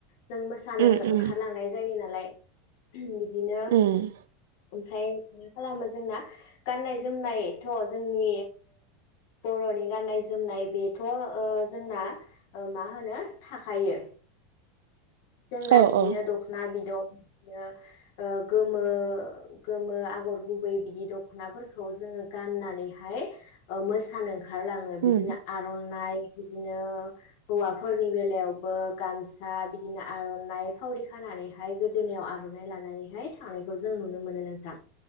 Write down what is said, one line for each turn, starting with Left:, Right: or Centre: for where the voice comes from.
Left: जों मोसानो
Right: उम उम
Left: ओंखारलांनाय जायो नालाय <unintelligible> बिदिनो
Right: उम
Left: ओमफ्राय मा खालामो जोंना गाननाय जोमनायथ' जोंनि बर'नि गाननाय जोमनाय बेथ' ओ जोंना मा होनो थाखायो जोंना
Right: औ
Left: बिदिनो
Right: औ
Left: दखना बिदन ओ गोमो गोमो आगर गुबै बिदि दखनाफोरखौ जोङो गाननानैहाय ओ मोसानो ओंखार ओंखारलाङो
Right: उम
Left: बिदिनो आरनाइ बिदिनो हौवाफोरनि बेलायावबो गामसा बिदि बिदिनो आरनाइ फावरि खानानैहाय गोदोनायाव आरनाइ लानानैहाय थांनायखौ जों नुनो मोनो नोंथां